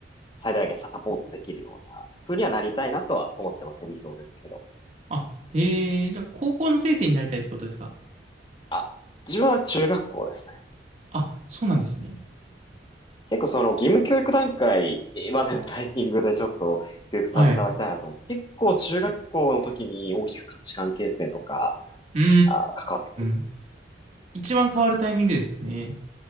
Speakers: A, on the left; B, on the right.
A: 最大限サポートできるような風にはなりたいなとは思ってますね。理想ですけど。
B: あ、へえ、じゃあ高校の先生になりたいってことですか
A: あ、自分は中学校ですね。
B: あ、そうなんですね。
A: 結構その義務教育段階までのタイミングでちょっと教育携わりたいなと思って、
B: はい。
A: 結構中学校の時に大きく価値観形成とか、
B: うー
A: あー、関わってくる。
B: ん。一番変わるタイミングですよね。